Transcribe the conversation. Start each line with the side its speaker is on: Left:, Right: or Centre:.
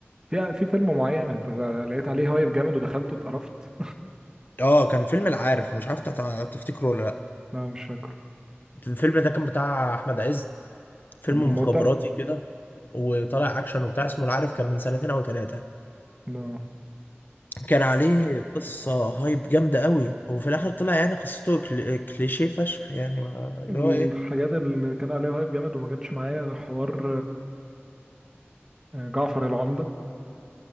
Right: في في فيلم معين انت لقيت عليه هايب جامد ودخلته اتقرفت
Left: اه كان فيلم العارف مش عارف تع- تفتكره ولا لا
Right: لا مش فاكره
Left: الفيلم ده كان بتاع احمد عز فيلم
Right: ده من
Left: مخابراتي
Right: مدة
Left: كده وطالع اكشن وبتاع اسمه العارف كان من سنتين او ثلاثه
Right: لا
Left: كان عليه قصه هايب جامده قوي وفي الاخر طلع يعني قصته كل... كليشيه فشخ يعني ما... اللي
Right: الحاجات
Left: هو ايه
Right: اللي كان عليها هايب جامد وما جاتش معايا ده حوار آه، جعفر العمدة